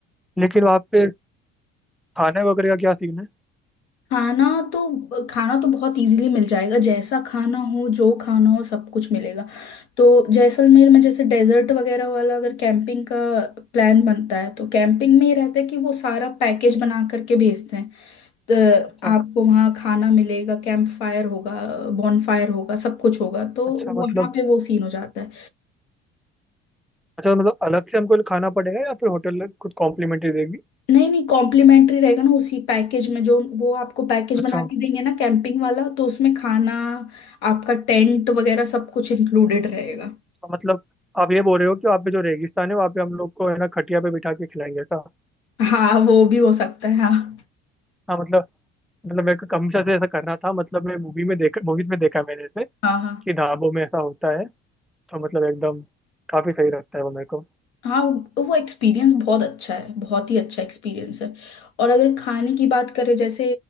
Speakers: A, in the centre; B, on the left.
A: लेकिन वहाँ पे खाने वगैरह का क्या सीन है
B: खाना तो खाना तो बहुत इजीली मिल जाएगा जैसा खाना हो जो खाना हो सब कुछ मिलेगा तो जैसलमेर में जैसे डेजर्ट वगैरह वाला अगर कैंपिंग का प्लान बनता है तो कैंपिंग में ही रहता है कि वो सारा पैकेज बना करके भेजते हैं तो
A: अच्छा
B: आपको वहाँ खाना मिलेगा कैंप फायर होगा बॉनफायर होगा सब कुछ होगा तो
A: अच्छा मतलब
B: वहाँ पे वो सीन हो जाता है
A: अच्छा मतलब अलग से हमको खाना पड़ेगा या फिर होटल कुछ कॉम्प्लीमेंट्री देगी
B: नहीं नहीं कॉम्प्लीमेंट्री रहेगा ना उसी पैकेज में जो वो आपको पैकेज
A: अच्छा
B: बना के देंगे ना कैंपिंग वाला तो उसमें खाना आपका टेंट वगैरह सब कुछ इंक्लूडेड रहेगा
A: तो मतलब आप ये बोल रहे हो कि वहाँ पे जो रेगिस्तान है वहाँ पे हम लोग को है ना खटिया पे बिठा के खिलाएंगे ऐसा
B: हाँ वो भी हो सकता है हाँ
A: हाँ मतलब मतलब मेरे को कमशा से ऐसा करना था मतलब मैं मूवी में देखा मूवीज में देखा मैंने ऐसे
B: हाँ हाँ
A: कि ढाबों में ऐसा होता है तो मतलब एकदम काफी सही लगता है वो मेरे को
B: हाँ वो वो एक्सपीरियंस बहुत अच्छा है बहुत ही अच्छा एक्सपीरियंस है और अगर खाने की बात करें जैसे